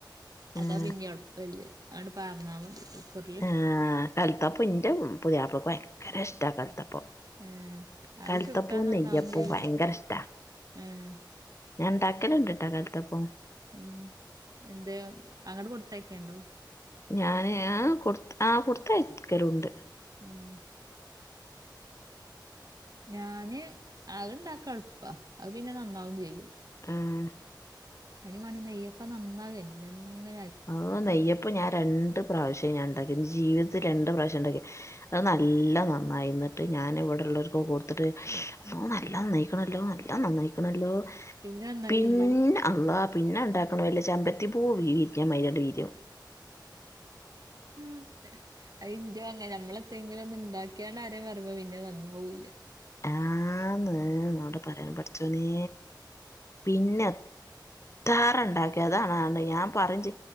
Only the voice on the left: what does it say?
ആഹ്
ആഹ് കൽത്തപ്പൊ ഇന്റെ പുതിയാപ്ലക്ക് ഭയങ്കര ഇഷ്ട കൽത്തപ്പോ
കൽത്തപ്പോം
നെയ്യപ്പോം
ഭയങ്കര ഇഷ്ടാ
ഞാൻ ഇണ്ടാക്കലുണ്ട് ട്ട് ക്കാൽത്തപ്പം
ഞാന് ആഹ് കൊടുത്ത് ആഹ് കൊടുത്തയക്കലുണ്ട്
ആഹ്
ഓ നെയ്യപ്പം ഞാൻ രണ്ട് പ്രാവശ്യം ഞാൻ ഇണ്ടാക്കി എന്റെ ജീവിതത്തിൽ രണ്ട് പ്രാവശ്യംഇണ്ടാക്കി ഇണ്ടാക്കി അത് നല്ല നന്നായിന്നിട്ട് ഞാൻ ഇവിടെള്ളോര്ക്ക് കൊടുത്തിട്ട് അള്ളോ നല്ല നന്നായിക്കണല്ലോ ത്താ നന്നായിക്കണല്ലോ
പിന്ന അല്ലാ പിന്നെ ഇണ്ടാക്കണ വല്ല ചമ്പത്തിപ്പൂ വിരിഞ്ഞ മാരിയണ്ട് വിരിയും.
ആന്ന് അങ്ങോട്ട പറയാൻ പഠച്ചോനേ പിന്നെ താറുണ്ടാക്കിയതാണ്ണ്ട് ഞാൻ പറഞ്ച്